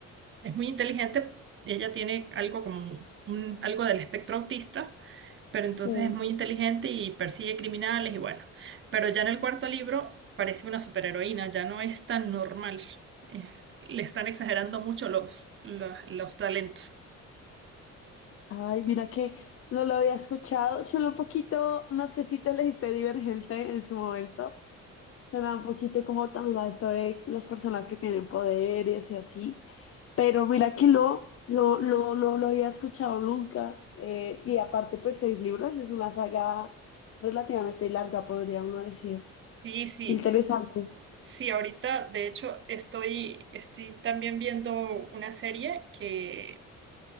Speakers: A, on the right (about 40°); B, on the left (about 50°).
A: es muy inteligente. Ella tiene algo como un, algo del espectro autista pero entonces
B: Sí.
A: es muy inteligente y persigue criminales y bueno. Pero ya en el cuarto libro parece una superheroína, ya no es tan normal. Eh, le están exagerando mucho los, los, los talentos.
B: Ay, mira que no lo había escuchado. Suena un poquito, no sé si te leíste Divergente en su momento. Suena un poquito como también a esto de las personas que tienen poderes y así. pero mira que no, no, no, no lo había escuchado nunca. Eh, y aparte, pues seis libros es una saga relativamente larga, podría uno decir.
A: Sí, sí,
B: Qué interesante.
A: sí, ahorita de hecho estoy, estoy también viendo una serie que